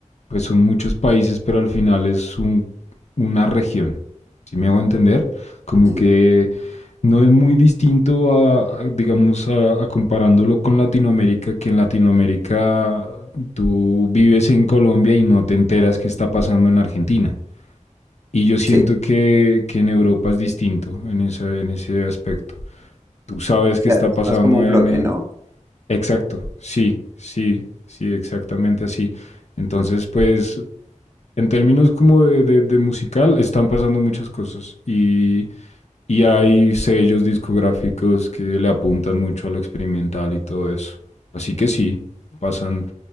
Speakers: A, on the left; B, on the right.
A: pues son muchos países, pero al final es un, una región, si me hago entender, como
B: Sí.
A: que no es muy distinto a, a, digamos, a, a comparándolo con Latinoamérica, que en Latinoamérica tú vives en Colombia y no te enteras qué está pasando en Argentina. Y yo siento
B: Sí,
A: que, que en Europa es distinto en ese, en ese aspecto. Tú sabes qué
B: claro,
A: está
B: es
A: pasando
B: más como un
A: en,
B: bloque,
A: en...
B: ¿no?
A: Exacto, sí, sí, sí, exactamente así. Entonces, pues en términos como de, de- de musical, están pasando muchas cosas y, y hay sellos discográficos que le apuntan mucho a lo experimental y todo eso. Así que sí, pasan,